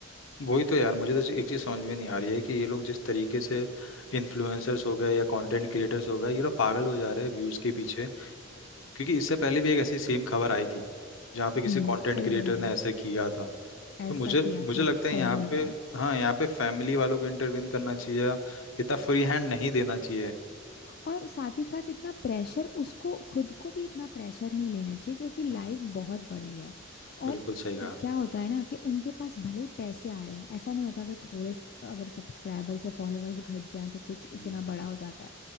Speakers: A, on the left (about 75°); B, on the left (about 50°).
A: वही तो यार मुझे तो एक चीज़ समझ में नहीं आ रही है कि ये लोग जिस तरीके से इन्फ्लुएंसर्स हो गए या कंटेंट क्रिएटर्स हो गए ये लोग पागल हो जा रहे हैं व्यूज़ के पीछे क्योंकि इससे पहले भी एक ऐसी सेम खबर आई थी जहाँ पे किसी
B: हम्म
A: कंटेंट
B: सही
A: क्रिएटर
B: बोल रहा
A: ने
B: है
A: ऐसा किया था
B: ऐसा
A: तो मुझे
B: किया
A: मुझे
B: था
A: लगता
B: सही
A: है यहाँ
B: बोल रहा
A: पे
B: है
A: हाँ यहाँ पे फैमिली वालों को इंटरवीन करना चाहिए इतना फ्री हैंड नहीं देना चाहिए
B: और साथ ही साथ इतना प्रेशर उसको खुद को भी इतना प्रेशर नहीं लेना चाहिए क्योंकि लाइफ
A: हम्म,
B: बहुत बड़ी है
A: बिल्कुल
B: और
A: सही कहा
B: क्या होता है ना कि उनके पास भले ही पैसे आ रहे हैं ऐसा नहीं होता कि थोड़े स- अगर सब्सक्राइबर्स या फॉलोअर्स घट जाएं तो कुछ
A: हम्म,
B: इतना बड़ा हो जाता है